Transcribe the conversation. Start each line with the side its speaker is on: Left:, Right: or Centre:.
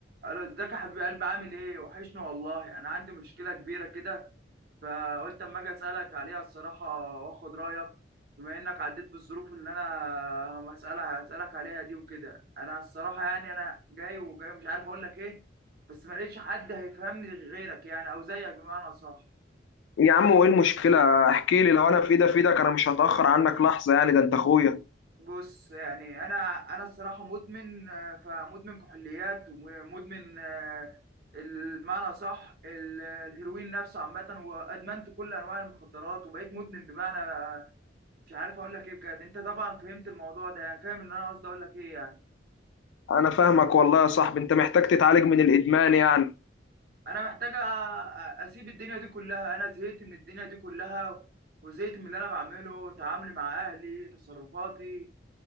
Right: الو ازيك يا حبيب قلبي عامل ايه وحشني والله انا عندي مشكله كبيره كده فقلت اما اجي اسالك عليها الصراحه واخد رايك بما انك عديت بالظروف اللي انا هسالها هسالك عليها دي وكده انا الصراحه يعني انا جاي وجاي مش عارف اقول لك ايه بس ما لقيتش حد هيفهمني غيرك يعني او زيك بمعنى صح
Left: يا عم وايه المشكلة احكي لي لو انا في ايدي في ايدك انا مش هتأخر عنك لحظة يعني ده انت اخويا
Right: بص يعني انا انا الصراحه مدمن آه، فمدمن كحوليات ومدمن آه، المعنى صح ال- الهيروين نفسه عامه وادمنت كل انواع المخدرات وبقيت مدمن بمعنى آه، مش عارف اقول لك ايه بجد انت طبعا فهمت الموضوع ده يعني فاهم ان انا قصدي اقول لك ايه يعني
Left: انا فاهمك والله يا صاحبي انت محتاج تتعالج من الادمان يعني
Right: انا محتاج أ- أ- اسيب الدنيا دي كلها انا زهقت من الدنيا دي كلها وزهقت من اللي انا بعمله تعاملي مع اهلي تصرفاتي